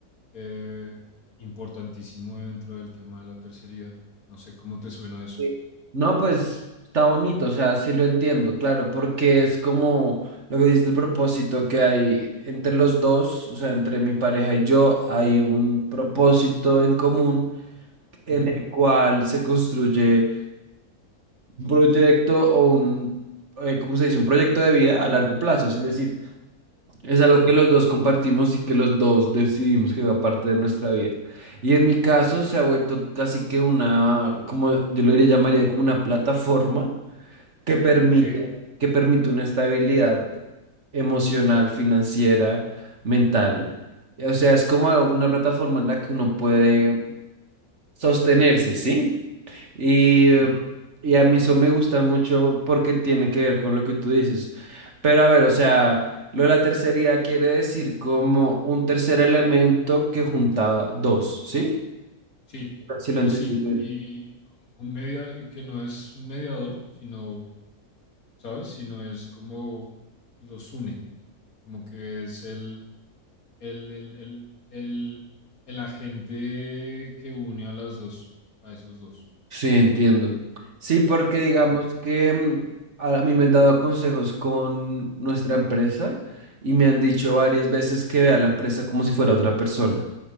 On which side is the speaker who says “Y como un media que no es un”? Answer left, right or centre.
Left